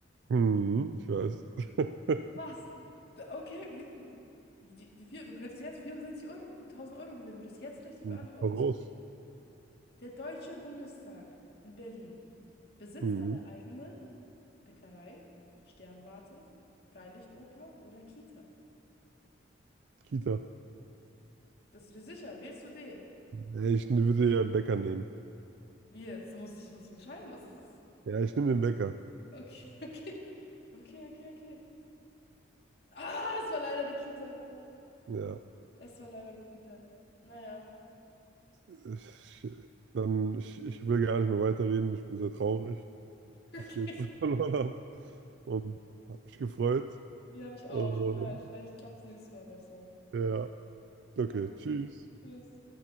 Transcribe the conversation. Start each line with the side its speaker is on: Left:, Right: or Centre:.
Right: Hm, ich weiß. <laughs>
Left: Was? Okay, wie- wie- die, die vier, du könntest jetzt 64 Euro, tausend Euro gewinnen, wenn du das jetzt richtig
Right: Hm,
Left: beantwortest.
Right: Hau raus.
Left: Okay? Der Deutsche Bundestag in Berlin besitzt
Right: Mhm.
Left: eine eigene Bäckerei, Sternwarte, Freilichtoper oder Kita.
Right: Kita.
Left: Das ist dir sicher, wählst du D?
Right: Ja, ich würde ja einen Bäcker nehmen.
Left: Wie jetzt? Du musst dich, musst dich entscheiden, was ist. das?
Right: Ja, ich nehme den Bäcker.
Left: Okay, <laughs> okay. Okay, okay, okay. Ah, es war leider die Kita.
Right: Ja.
Left: Es war leider die Kita. Naja. <laughs>
Right: Ich, dann, ich, ich will gar nicht mehr weiterreden. Ich bin sehr traurig, dass
Left: Okay.
Right: ich jetzt <laughs> verloren habe und habe mich gefreut.
Left: Die habe ich
Right: Und,
Left: auch. Tut mir leid. Vielleicht klappt es nächstes Mal besser.
Right: ja, okay,
Left: Na gut.
Right: tschüss.
Left: Tschüss.